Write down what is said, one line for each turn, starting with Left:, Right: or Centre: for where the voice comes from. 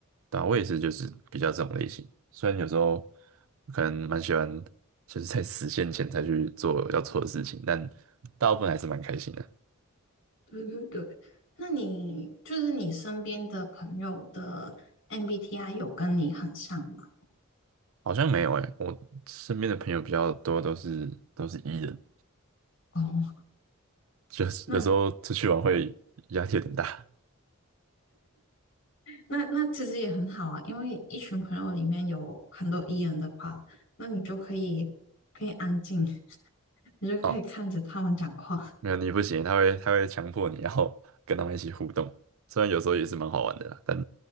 Right: 对啊，我也是，就是比较这种类型，虽然有时候可能蛮喜欢，就是在实现前才去做要做的事情，但大部分还是蛮开心的。
Left: 对对对，那你就是你身边的朋友的 MBTI 有跟你很像吗？
Right: 好像没有诶、我身边的朋友比较多都是都是 E 人，
Left: 哦，
Right: 就是有时候出去玩会压力有点大
Left: 那那那其实也很好啊，因为一群朋友里面有很多 E 人的话，那你就可以可以安静，<laughs> 你就可以看着他们讲话。
Right: 哦。没有你不行，他会他会强迫你，然后跟他们一起互动。虽然有时候也是蛮好玩的啦，但